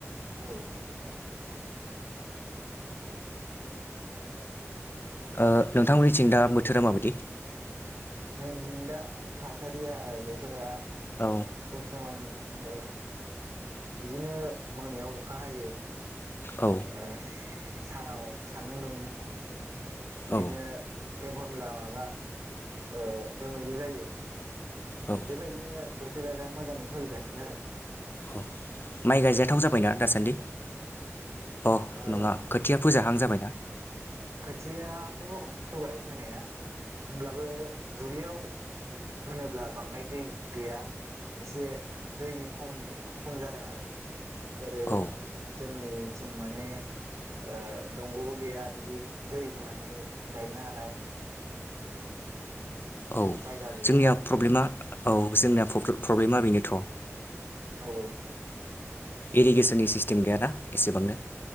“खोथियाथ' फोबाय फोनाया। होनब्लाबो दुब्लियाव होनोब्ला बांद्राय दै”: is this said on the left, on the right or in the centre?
Right